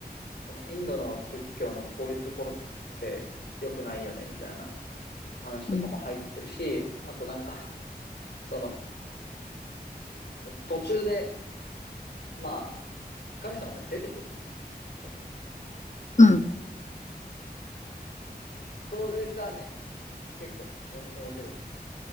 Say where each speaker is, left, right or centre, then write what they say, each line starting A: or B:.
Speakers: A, on the left; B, on the left.
A: そのインドの仏教のこういうところって良くないよねみたいな話とかも入ってるし、
B: うん、
A: あとなんか、その途中で、まあ、神様が出てくるんだけど、
B: うん。
A: その、それがね、結構ね、お、面白い。